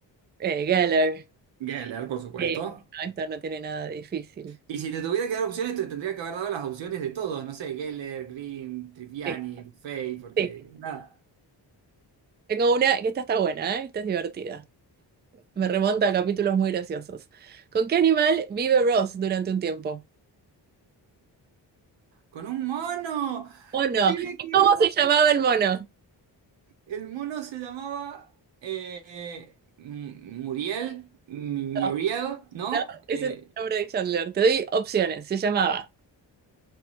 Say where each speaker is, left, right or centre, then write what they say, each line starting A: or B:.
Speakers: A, on the right; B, on the right.
A: Eh, Geller.
B: Geller, por supuesto.
A: Sí, no, esto no tiene nada de difícil.
B: Y si te tuviera que dar opciones, te tendría que haber dado las opciones de todos. No sé, Geller, Green, Triviani,
A: Sí.
B: Buffet, porque
A: Sí,
B: nada.
A: tengo una, que esta está buena, ¿eh? Esta es divertida. Me remonta a capítulos muy graciosos. ¿Con qué animal vive Ross durante un tiempo?
B: ¡Con un mono!
A: Mono.
B: Vive
A: ¿Y
B: con
A: cómo
B: un-
A: se llamaba el mono?
B: El mono se llamaba eh, eh, M- Muriel, M-
A: No,
B: Muriel, ¿no?
A: no, ese
B: Eh,
A: es el nombre de Chandler. Te doy opciones. Se llamaba